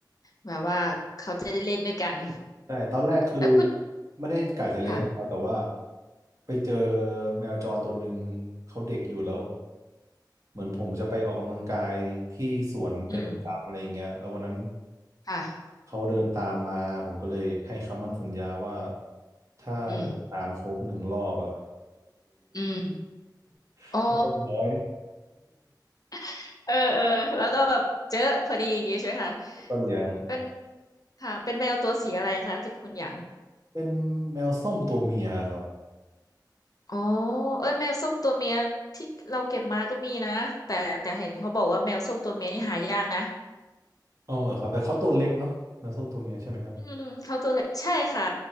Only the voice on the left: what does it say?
แบบว่าเขาจะได้เล่นด้วยกัน
แล้วคุณ
ค่ะ
อืมค่ะ
อืมอืม
อ๋อ
<laughs> เออเออแล้วก็แบบเจอพอดีอย่างงี้ใช่ไหมคะ
เป็นค่ะเป็นแมวตัวสีอะไรคะที่คุณอยาก
อ๋อเอ้ยแมวส้มตัวเมียที่เราเก็บมาก็มีนะแต่แต่เห็นเขาบอกว่าแมวส้มตัวเมียนี่หายากนะ
อืมเขาตัวเล็กใช่ค่ะ